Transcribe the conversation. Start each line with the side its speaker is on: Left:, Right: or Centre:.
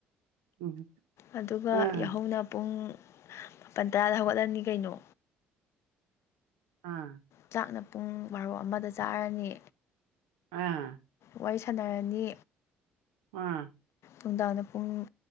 Right: ꯎꯝ
Left: ꯑꯗꯨꯒ
Right: ꯑꯥ
Left: ꯌꯥꯍꯧꯅ ꯄꯨꯡ ꯃꯥꯄꯟ ꯇꯔꯥꯗ ꯍꯧꯒꯠꯂꯅꯤ ꯀꯩꯅꯣ
Right: ꯑꯥ
Left: ꯆꯥꯛꯅ ꯄꯨꯡ ꯕꯥꯔꯣ ꯑꯃꯗ ꯆꯥꯔꯅꯤ
Right: ꯑꯥ
Left: ꯋꯥꯔꯤ ꯁꯥꯟꯅꯔꯅꯤ
Right: ꯑꯥ
Left: ꯅꯨꯡꯗꯥꯡꯗ ꯄꯨꯡ